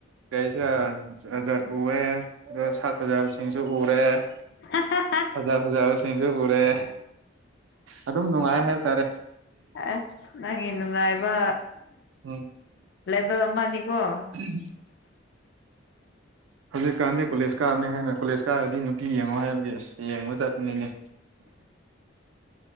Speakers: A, on the right; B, on the left.
A: ꯀꯔꯤꯁꯤꯔ ꯖꯠ ꯖꯠ ꯎꯑꯦ ꯁꯥꯛ ꯐꯖꯥꯕꯁꯤꯡꯁꯨ ꯎꯔꯦ ꯎ
B: ꯍ ꯍ
A: ꯁꯛ ꯐꯖꯥꯕꯁꯤꯡꯁꯨ ꯎꯔꯦ ꯑꯗꯨꯝ ꯅꯨꯡꯉꯥꯏ ꯍꯥꯏꯇꯥꯔꯦ
B: ꯑꯁ ꯅꯪꯒꯤ ꯅꯨꯡꯉꯥꯏꯕ
A: ꯎꯝ
B: ꯒ ꯃꯅꯤꯀꯣ
A: ꯎꯝ ꯍꯧꯖꯤꯛꯀꯥꯟꯗꯤ ꯀꯣꯂꯦꯖ ꯀꯥꯕꯅꯦ ꯍꯥꯏꯅ ꯀꯣꯂꯦꯖ ꯀꯥꯔꯗꯤ ꯅꯨꯄꯤ ꯌꯦꯡꯉꯣ ꯍꯥꯏꯕꯒꯤ ꯑꯁ ꯌꯦꯡꯕ ꯆꯥꯠꯄꯅꯤꯅꯦ